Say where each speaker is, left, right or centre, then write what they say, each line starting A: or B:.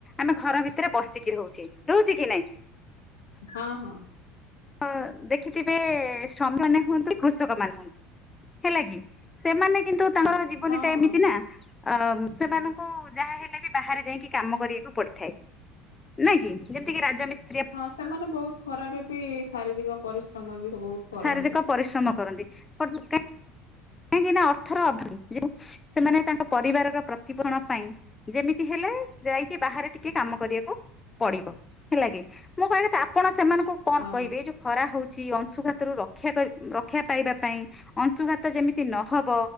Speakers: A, on the left; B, on the left.
A: ଆମେ ଘର ଭିତରେ ବସିକି ରହୁଛେ ରହୁଛେ କି ନାଇଁ?
B: ହଁ ହଁ।
A: ହ ଦେଖିଥିବେ ଶ୍ରମିକ ମାନେ ହୁଅନ୍ତୁ କି କୃଷକ ମାନେ ହୁଅନ୍ତୁ ହେଲା କି ସେମାନେ କିନ୍ତୁ ତାଙ୍କର
B: ଆଛା
A: ଜୀବନୀ
B: ହଁ
A: ଟା
B: ହଁ
A: ଏମିତି ନା ଅ ସେମାନଙ୍କୁ ଯାହା ହେଲେ ବି ବାହାରେ ଯାଇକି କାମ କରିବାକୁ ପଡ଼ିଥାଏ। ନାଇଁ କି ଯେମିତି କି ରାଜ ମିସ୍ତ୍ରୀ
B: ହଁ ସେମାନେ ବହୁତ ଖରାରେ ବି ଶାରୀରିକ ପରିଶ୍ରମ ବି ବହୁତ କରନ୍ତି।
A: ଶାରୀରିକ ପରିଶ୍ରମ କରନ୍ତି। <unintelligible> କାହିଁକି ନା ଅର୍ଥର ଅଭବ ଯୋଉ ସେମାନେ ତାଙ୍କ ପରିବାରର ପ୍ରତିପୋଷଣ ପାଇଁ ଯେମିତି ହେଲେ ଯାଇକି ବାହାରେ ଟିକେ କାମ କରିବାକୁ ପଡ଼ିବ ହେଲା କିି ମୁଁ କହିବା କଥା ଆପଣ ସେମାନଙ୍କୁ କଣ
B: ହଁ
A: କଇବେ ଏ ଯୋଉ ଖରା ହଉଚି ଅଂଶୁଘାତରୁ ରକ୍ଷା କରି ଉଁ ଉଁ ରକ୍ଷା ପାଇବା ପାଇଁ ଅଂଶୁଘା ତ ଯେମିତି ନ ହବ